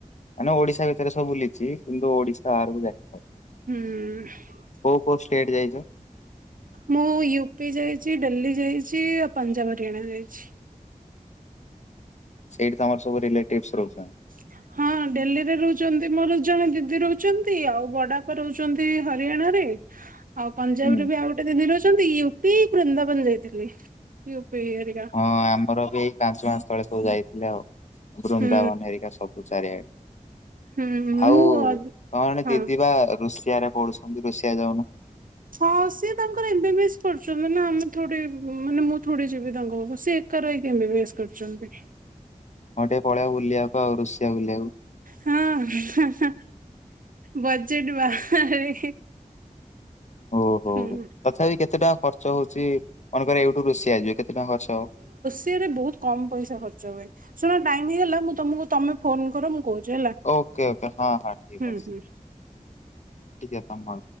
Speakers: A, on the left; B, on the right.
A: ମାନେ ଓଡିଶା ଭିତରେ ସବୁ ବୁଲିଛି କିନ୍ତୁ ଓଡିଶା ବାହାରକୁ ଯାଇ
B: ହୁଁ
A: କୋଉ କୋଉ ଷ୍ଟେଟ୍ ଯାଇଛ
B: ମୁଁ ୟୁପି ଯାଇଛି ଡେଲି ଯାଇଛି ଆଉ ପଞ୍ଜାବ ହରିୟାଣା ଯାଇଛି।
A: ସେଇଠି ତମର ସବୁ ରିଲେଟିଭସି ରହୁଛନ୍ତି।
B: ଯ <unintelligible> ହଁ ଡେଲିରେ ରହୁଛନ୍ତି ମୋର ଜଣେ ଦିଦି ରହୁଛନ୍ତି ଆଉ ବଡାପା ରହୁଛନ୍ତି ହରିୟାଣାରେ। ଆଉ ପଞ୍ଜାବରେ
A: ହୁଁ
B: ବି ଆଉ ଗୋ ଟେ ଦିନି ରହୁଛନ୍ତି ୟୁପି ବୃନ୍ଦା ବନ ଯାଇଥିଲି ୟୁପି ଇଏ ରେ।
A: ହଁ ଆମର ବି ଏଇ ପାଞ୍ଚ ମାସ ତଳେ ସବୁ ଯାଇଥିଲେ ଆଉ ବୃନ୍ଦାବନ
B: ହୁଁ
A: ହେରିକା ସବୁ। ଚାରିଆଡେ
B: ହୁଁ
A: ଆଉ
B: ମୁଁ ଅ-
A: ତ ଣେ
B: ହଁ
A: ଦିଦି ବା ରୁଷ ସିଆ ରେ ପଢୁଛନ୍ତି ରୁଷିଆ ଯାଉନୁ।
B: ହଁ ସିଏ ତାଙ୍କର ଏମବି ବିଏସ୍ କରୁଛନ୍ତି ନା ଆମେ ଥୋଡି ମାନେ ମୁଁ ଥୋଡି ଯିବି ତାଙ୍କ ପାଖକୁ ସିଏ ଏକା ଏକା ରହୀଏମବିଏସ କରୁଛନ୍ତି।
A: ହଁ ଟିକେ ପଳେଇବା ବୁଲିବାକୁ ଆଉ ରୁଷିଆ ବୁଲିବାକୁ।
B: ହଁ ବଜେଟ ବାହାରେ।
A: ଓହୋ
B: ହୁଁ।
A: ତଥାପି କେତେ ଟଙ୍କା ଖର୍ଚ ହଉଛି ମନେକର ଏଇଠୁ ରୋଷିଆ ଯିବେ କେତେ ଟଙ୍କା ଖର୍ଚ୍ଚ ହବ?
B: ଆରେ ବହୁତ କମ ପଇସା ଖର୍ଚ୍ଚ ହୁଏ ଶୁଣ ଟାଇମ ହେଇଗଲା ମୁଁ ତମକୁ ତମେ ଫୋନ କର ମୁଁ କହୁଛି ହେଲା।
A: ଓକେ ଓକେ ହଁ ହଁ ଠିକ
B: ହୁଁ
A: ଅଛି
B: ହୁଁ।
A: ଟିକେ ତମ